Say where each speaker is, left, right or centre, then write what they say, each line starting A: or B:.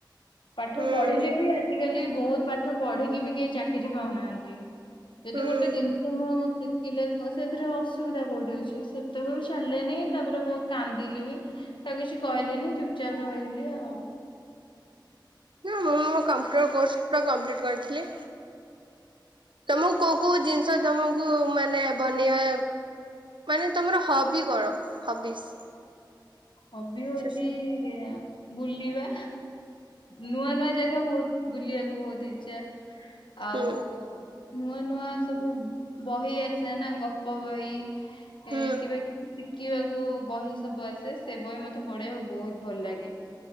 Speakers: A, on the left (about 80°); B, on the right (about 80°).
A: ପାଠ
B: ହୁଁ
A: ପଢିଲେ ବି ଆଜିକାଲି ବହୁତ ପାଠ ପଢିକି ବି କେହି ଚାକିରିୀ ପାଉନାହାଁନ୍ତି। ଯଦି
B: ହୁଁ
A: ଗୋଟେ ଦିନ୍ ଶିଖିଲେ ସେଥିରେ ଅସୁବିଧା କୋଉଠି ଅଛି, ସେତକ ବି ଛାଡିଲେନି। ତା'ପରେ ବହୁତ କାନ୍ଦିଲି ବି। ସେ ଆଉ କିଛି କହିଲିନି, ଚୁପ୍ ଚାପ୍ ରହିଲି ଆଉ।
B: ନାଁ, ମୁଁ ମୋ କମ୍ପ୍ୟୁଟର କୋର୍ସ ତ କମ୍ପ୍ଲିଟ୍ କରିଥିଲି। ତମକୁ କୋଉ କୋଉ ଜିନିଷ ତମକୁ ମାନେ ବନିଆ ମାନେ ତମର ହବି କଣ ହବିସ୍?
A: ହବି ହଉଛି-ଇଁ
B: ସେ ସବୁ
A: ବୁଲିବା। ନୂଆ ନୂଆ ଜାଗା ବହୁତ୍ ବୁଲିଆକୁ ବହୁତ୍ ଇଛା। ଆଉ
B: ହୁଁ
A: ନୂଆ ନୂଆ ସବୁ ବହି ଆସେ ନା, ଗପ ବହି
B: ହୁଁ
A: କେବେ କିଛି ଶିଖିବାକୁ ବହି ସବୁ ଆସ୍ ସେ ବହି ମତେ ପଢିବାକୁ ବହୁତ ଭଲ ଲାଗେ।